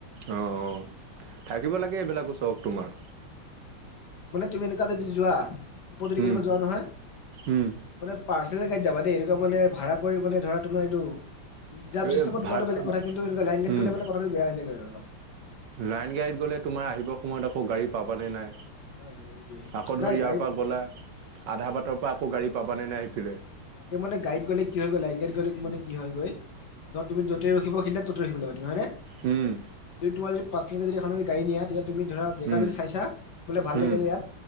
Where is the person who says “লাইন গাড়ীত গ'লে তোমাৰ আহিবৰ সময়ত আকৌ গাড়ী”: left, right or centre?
Right